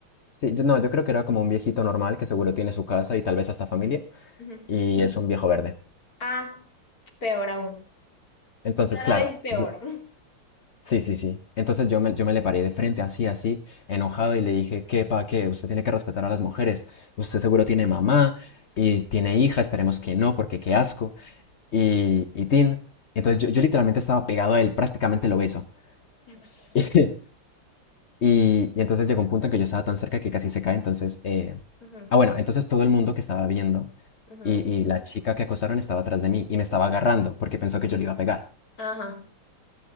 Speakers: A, on the left; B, on the left.
A: Sí, yo, no, yo creo que era como un viejito normal que seguro tiene su casa y tal vez hasta familia,
B: Ujú.
A: y es un viejo verde.
B: Ah, peor aún.
A: Entonces,
B: Cada
A: claro,
B: vez es peor.
A: yo, sí, sí, sí. Entonces yo me, yo me le paré de frente, así, así, enojado, y le dije, ¿qué, pa, qué? Usted tiene que respetar a las mujeres. Usted seguro tiene mamá y tiene hija, esperemos que no, porque qué asco. Y, y tin. Entonces yo, yo literalmente estaba pegado a él, prácticamente lo beso.
B: <laughs>
A: <laughs> Y, y entonces llegó un punto en que yo estaba tan cerca que casi se cae. Entonces, eh,
B: Ujú,
A: ah, bueno, entonces todo el mundo que estaba viendo
B: ujú.
A: y, y la chica que acosaron estaba atrás de mí y me estaba agarrando porque pensó que yo le iba a pegar.
B: Ajá,